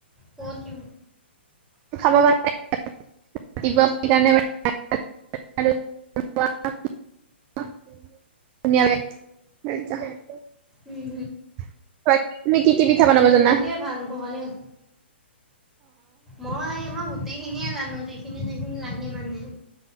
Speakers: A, in the centre; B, on the right (about 25°).
A: সতম।
B: খাব কাৰণ ৰাতিপুৱা কাৰণে। <unintelligible> ধুনীয়া লাগে
A: উম
B: বাকি তুমি কি পিঠা বনাব জানা?
A: সেইটোযৱে ভাল ভৱানীও মই মই গোটেইখিনিয়ে জানো যিখিনি যিখিনি। সি মানে